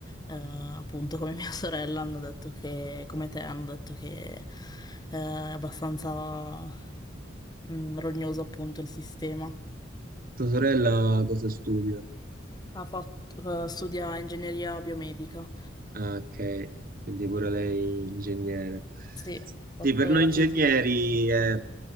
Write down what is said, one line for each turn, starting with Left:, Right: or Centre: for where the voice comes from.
Left: eh, appunto come mia <laughs> sorella, hanno detto che, come te, hanno detto che, eh, è abbastanza, mm, rognoso appunto il sistema.
Right: Tua sorella cosa studia?
Left: Ha fatto, eh, studia ingegneria biomedica.
Right: Ah, ok, quindi pure lei ingegnere.
Left: Sì, ho
Right: Sì,
Left: fatto
Right: per noi
Left: la
Right: ingegneri
Left: tesi lì.
Right: è